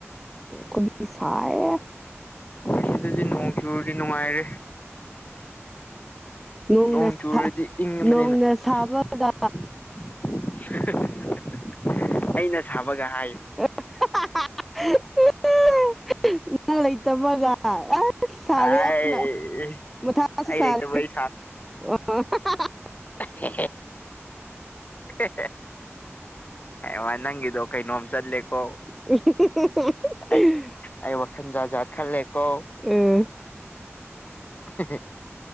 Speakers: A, in the centre; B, on the left (about 35°).
A: ꯎꯝ ꯈꯣꯏꯗꯤ ꯁꯥꯌꯦ
B: ꯑꯁꯤꯗꯗꯤ ꯅꯣꯡ ꯆꯨꯔꯗꯤ ꯅꯨꯉꯥꯏꯔꯦ
A: ꯅꯣꯡꯅ
B: ꯅꯣꯡ ꯆꯨꯔꯗꯤ ꯏꯪꯉꯕꯅꯤꯅ
A: ꯅꯣꯡꯅ ꯁꯥꯕꯒ
B: <unintelligible> ꯑꯩꯅ ꯁꯥꯕꯒ ꯍꯥꯏ
A: <unintelligible> ꯅꯪ ꯂꯩꯇꯕꯒ ꯌꯝ ꯁꯥꯔꯦ
B: ꯑꯩ
A: ꯌꯥꯝꯅ ꯃꯊꯥꯁꯨ
B: ꯑꯩ
A: ꯁꯥꯔꯦ
B: ꯂꯩꯇꯕꯩ
A: <unintelligible> ꯍꯥ ꯍꯥ ꯍꯥ
B: <unintelligible> ꯍꯦ ꯍꯦ ꯍꯥꯌꯦꯡꯋꯥꯏ ꯅꯪꯒꯤꯗꯣ ꯀꯩꯅꯣꯝ ꯆꯠꯂꯦꯀꯣ
A: <unintelligible>
B: ꯑꯩ ꯑꯩ ꯋꯥꯈꯟ ꯖꯥꯠ ꯖꯥꯠ ꯈꯜꯂꯦꯀꯣ
A: ꯎꯝ
B: <unintelligible>